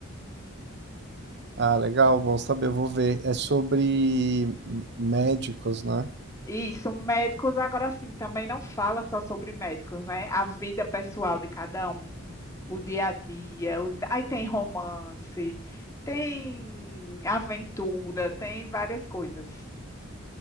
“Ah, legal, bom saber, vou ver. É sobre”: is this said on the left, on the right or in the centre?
Right